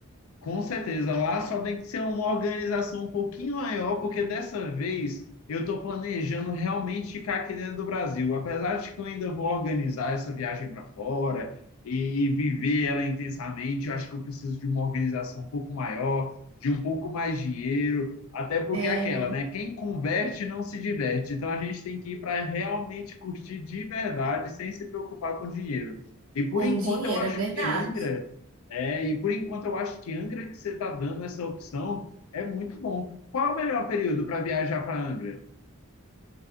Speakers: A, on the left (about 75°); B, on the right (about 65°).
A: Com certeza, lá só tem que ser uma organização um pouquinho maior, porque dessa vez eu estou planejando realmente ficar aqui dentro do Brasil. Apesar de que eu ainda vou organizar essa viagem para fora e viver ela intensamente, eu acho que eu preciso de uma organização um pouco maior, de um pouco mais dinheiro, até porque
B: É,
A: é aquela, né? Quem converte não se diverte. Então a gente tem que ir para realmente curtir de verdade, sem se preocupar com dinheiro. E por
B: com
A: enquanto
B: dinheiro,
A: eu acho
B: é verdade.
A: que Angra. É, e por enquanto eu acho que Angra que você está dando essa opção é muito bom. Qual é o melhor período para viajar para Angra?